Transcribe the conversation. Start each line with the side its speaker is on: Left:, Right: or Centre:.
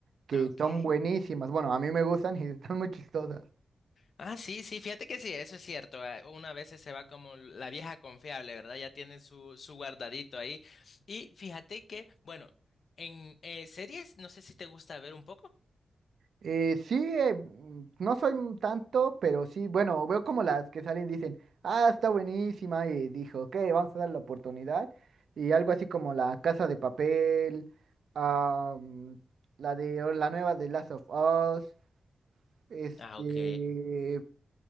Right: que
Left: Ah, ok.
Right: son buenísimas. Bueno, a mí me gustan y <laughs> están muy chistosas.
Left: Ah, sí, sí, fíjate que sí, eso es cierto. eh, Uno a veces se va como la vieja confiable, ¿verdad? Ya tiene su, su guardadito ahí. Y fíjate que, bueno, en eh, series, no sé si te gusta ver un poco.
Right: Eh, sí, eh, mm, no soy un tanto, pero sí, bueno, veo como las que salen dicen, ah, está buenísima, y dijo, ok, vamos a darle la oportunidad, y algo así como La Casa de Papel, ah, mm, la de o la nueva de Last of Us, este,
Left: Ah, ok.